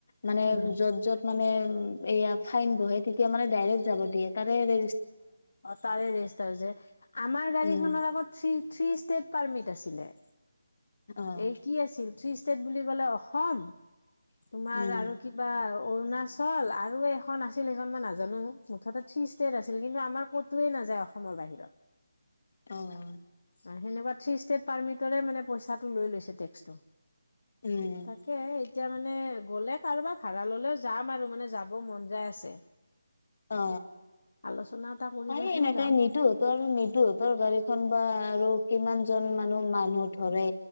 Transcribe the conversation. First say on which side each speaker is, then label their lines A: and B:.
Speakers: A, on the left; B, on the left.
A: মানে
B: উম
A: যত-যত মানে এয়া ফাইন বহে তেতিয়া মানে ডাইৰেক্ট যাব দিয়ে। তাৰে ৰে
B: অ তাৰে ৰেজিষ্টাৰ যে আমাৰ গাড়ীখনৰ
A: উম
B: আগত থ্ৰী ষ্টেট পাৰ্মিট আছিলে
A: অ
B: এই কি আছিল থ্ৰী ষ্টেট বুলি ক'লে অসম তোমাৰ
A: উম
B: আৰু কিবা অৰুণাচ হ'ল আৰু এইখন আছিল সেইখন মই নাজানো মুঠতে থ্ৰী ষ্টেট আছিল কিন্তু আমাৰ ক'তোৱেই নাযায় অসমৰ বাহিৰত
A: অহ
B: অ সেনেকুৱা থ্ৰী ষ্টেট পাৰ্মিটৰে মানে পইচাটো লৈ লৈছে টেক্সটো
A: উম
B: তাকে এতিয়া মানে গ'লে কাৰোবাৰ ভাড়া ল'লেও যাম আৰু মানে যাব মন যায় আছে
A: অ
B: আলোচনা এটা কৰিবাচোন
A: পাৰি এনেকে
B: যাম
A: নিতো ত আৰু নীতু তৰ গাড়ীখন বা আৰু কিমান জন মানহ মানুহ ধৰে